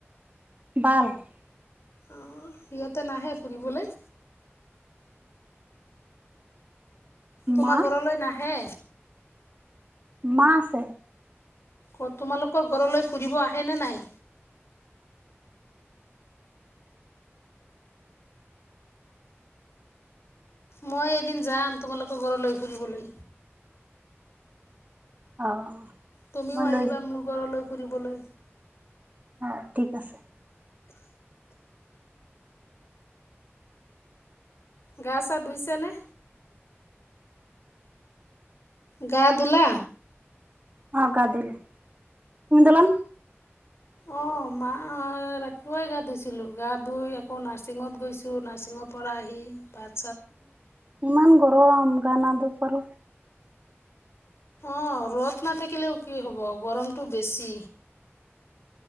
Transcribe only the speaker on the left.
আহ সিহঁতে নাহে ফুৰিবলৈ। তোমাৰ
ঘৰলৈ নাহে।
অ তোমালোকৰ ঘৰলৈ ফুৰিব আহে নে নাই? মই এদিন যাম তোমালোকৰ ঘৰ লৈ ফুৰিবলৈ।
তুমিও
আহিবা
মোৰ ঘৰলৈ ফুৰিবলৈ।
গা ছা ধুইছে নে। গা ধূলা।
অ মাত। ৰাতিপুৱাই গা ধুইছিলোঁ গা ধুই আকৌ নাৰ্ছিঙত গৈছোঁ নাৰ্ছিঙৰ পৰা আহি প-
অ ৰ'দ নাথাকিলেও কি হ'ব গৰমটো বেছি।